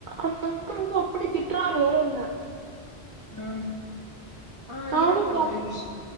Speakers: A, on the right (about 50°); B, on the left (about 20°).
A: அந்த அங்கிள் வந்து அப்டி திட்றாறு வேற என்ன
B: ம் ஆ
A: நானும்
B: இருக்குங்க
A: சா
B: ஒரே நமிஷ